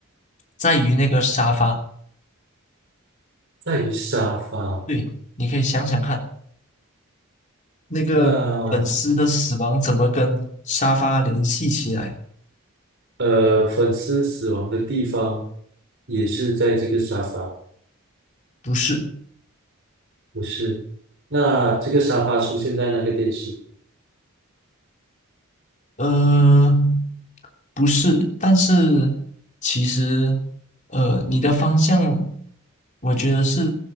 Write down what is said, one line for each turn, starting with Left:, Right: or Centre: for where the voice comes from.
Left: 在于那个沙发。
Right: 在于沙发。
Left: 对，你可以想想看，那个粉丝的死亡怎么跟沙发联系起来？
Right: 那呃，粉丝死亡的地方也是在这个沙发，
Left: 不是，
Right: 不是？那这个沙发出现在那个电视，
Left: 呃，不是，但是其实，呃，你的方向，我觉得是